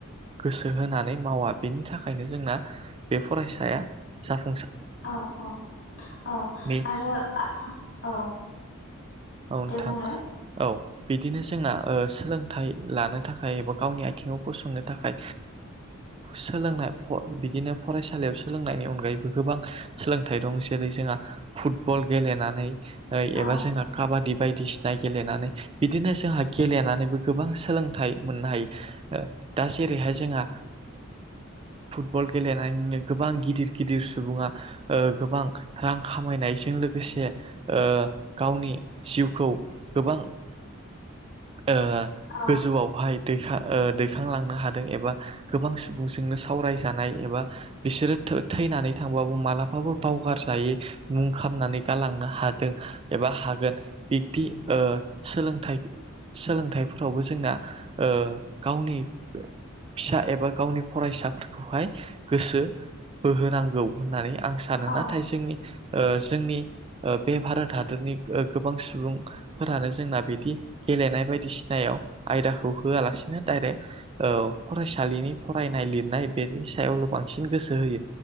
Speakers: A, on the right (about 25°); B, on the left (about 65°).
A: गोसो होनानै मावा बेनि थाखाय थाखायनो जोंना बे फरायसाया जाफुं
B: औ औ औ
A: बे
B: आरो औ।
A: औ नोंथां
B: दे बुंलाय
A: औ। बिदिनो जोंना सोलोंथाइ लानो थाखाय एबा गावनि आथिंङाव गसंनो थाखाय सोलोंनाय बिदिनो फरायसालियाव सोलोंनायनि अनगायैबो गोबां सोलोंथाइ दं जेरै जोंहा फुटबल गेलेनानै
B: औ
A: एबा जोंना काबादि बायदिसिना गेलेनानै बिदिनो जोंहा गेलेनानैबो गोबां सोलोंथाइ मोननो हायो। दा जेरैहाय जोंहा फुटबल गेलेनानैनो गोबां गिदिर गिदिर सुबुङा गोबां रां खामायनाय। जों लोगोसे ओ गावनि जिउखौ गोबां ओ
B: औ
A: गोजौआवहाय दै दैखांलांनो हादों एबा गोबां सुबुंजोंनो सावरायजानाय एबा बिसोरो थैनानै थांबाबो मालाबाबो बावगार जायै मुं खामनानै गालांनो हादों एबा, बा हागोन बिब्दि ओ सोलोंथाइ। सोलोंथाइ फोरावबो जोंना ओ गावनि। फिसा एबा गावनि फरायसाफोरखौहाय गोसो बोहोनांगौ होननानै। आं सानो
B: औ
A: नाथाय जोंनि जोंनि बे भारत हादरनि। गोबां सुबुं फोरानो जोंना बिदि गेलेनाय बायदि सिनायाव आयदाखौ होआलासिनो दं। आइदो औ फरायसालिनि फरायनाय लिरनाय बेनि सायावल' बांसिन गोसो होयो।